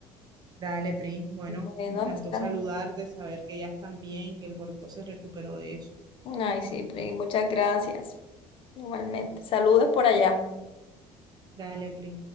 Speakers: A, on the right; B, on the left.
A: Dale, Pri. Bueno,
B: Bueno,
A: me encantó
B: hasta.
A: saludarte, saber que ya están bien, que el gordito se recuperó de eso.
B: Ay, sí, Pri, muchas gracias. Igualmente. Saludos por allá.
A: Dale, Pri.